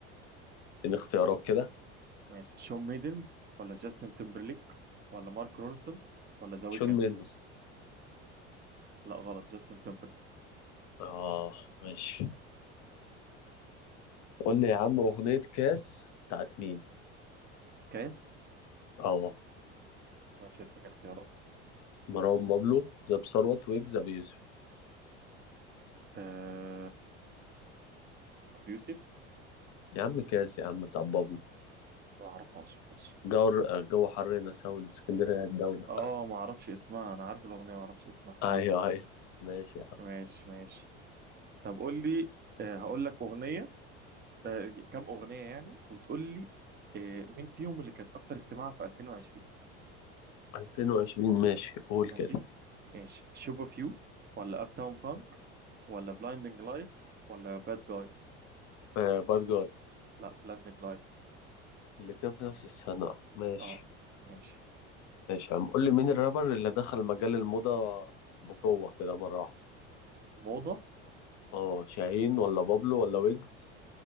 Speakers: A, on the left (about 55°); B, on the right (about 30°).
A: اديني اختيارات كده
B: ماشي شون ميدنز ولا جاستن تيمبرليك ولا مارك رونسون ولا ذا ويكند
A: شون مينديز
B: لا غلط جاستن تيمبرليك
A: اه ماشي قول لي يا عم أغنية كاس بتاعت مين
B: كاس
A: اه
B: ماشي اديني اختيارات
A: مروان بابلو زاب ثروت ويجز أبو يوسف
B: أه... أبو يوسف
A: يا عم كاس يا عم بتاع بابلو
B: ما اعرفهاش ماشي
A: جو جو حر هنا ساونا اسكندرية الدولة
B: اه
A: فاهم
B: ما اعرفش اسمها انا عارف الأغنية ما اعرفش اسمها
A: ايوه
B: ماشي
A: ايوه ماشي يا عم
B: ماشي ماشي طب قول لي أه هقول لك أغنية أه كم أغنية يعني وتقول لي أه مين فيهم اللي كانت أكتر استماعا في 2020
A: 2020 ماشي قول كده
B: ماشي ايش شوب اوف يو ولا اب تاون فانك ولا بلايندنج لايتس ولا باد جاي
A: آه باد جاي
B: لا بلايندنج لايتس
A: الاتنين في نفس السنة ماشي
B: اه ماشي
A: ماشي يا عم قول لي مين الرابر اللي دخل مجال الموضة بقوة كده مرة واحدة
B: موضة
A: اه شاهين ولا بابلو ولا ويجز